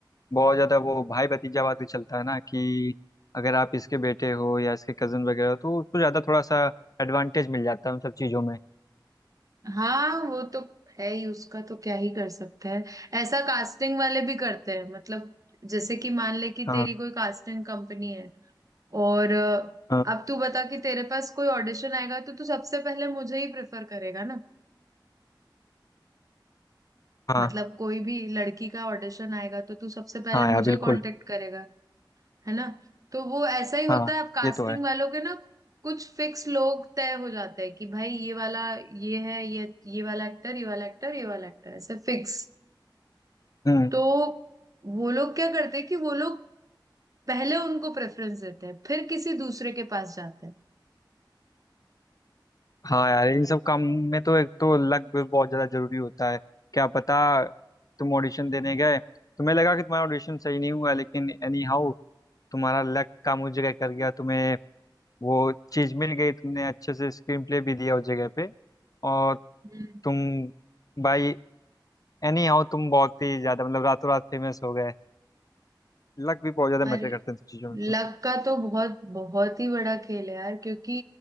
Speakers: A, on the left; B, on the right.
A: बहुत ज्यादा वो भाई भतीजावाद भी चलता है ना कि अगर आप इसके बेटे हो या इसके कजन वगैरह हो तो उसको ज्यादा थोड़ा सा एडवांटेज मिल जाता है उन सब चीजों में
B: हाँ वो तो है ही उसका तो क्या ही कर सकता है ऐसा कास्टिंग वाले भी करते हैं मतलब जैसे कि मान ले कि
A: हाँ
B: तेरी कोई कास्टिंग कंपनी है और अ,
A: हाँ
B: अब तू बता कि तेरे पास कोई ऑडिशन आएगा तो तू सबसे पहले मुझे ही प्रेफर करेगा ना
A: हाँ
B: मतलब कोई भी लड़की का ऑडिशन आएगा तो तू सबसे पहले
A: हाँ
B: मुझे
A: यार बिल्कुल
B: कांटेक्ट करेगा है ना तो वो ऐसा ही होता
A: हाँ
B: है अब कास्टिंग
A: ये तो है
B: वालों के ना कुछ फिक्स लोग तय हो जाते हैं कि भाई ये वाला ये है ये ये वाला एक्टर ये वाला एक्टर ये वाला एक्टर ऐसे फिक्स
A: हम्म
B: तो वो लोग क्या करते हैं कि वो लोग पहले उनको प्रेफरेंस देते हैं फिर किसी दूसरे के पास जाते हैं
A: हाँ यार इन सब काम में तो एक तो लक भी बहुत ज्यादा जरूरी होता है क्या पता तुम ऑडिशन देने गए तुम्हें लगा कि तुम्हारा ऑडिशन सही नहीं हुआ लेकिन एनी हाउ तुम्हारा लक काम उस जगह कर गया तुम्हें वो चीज मिल गई तुमने अच्छे से स्क्रीन प्ले भी दिया उस जगह पे और
B: हम्म
A: तुम बाई एनी हाउ तुम बहुत ही ज्यादा मतलब रातों रात फेमस हो गए लक भी बहुत ज्यादा
B: और
A: मैटर करते हैं इन सब चीजों में
B: लक
A: तो
B: का तो बहुत बहुत ही बड़ा खेल है यार क्योंकि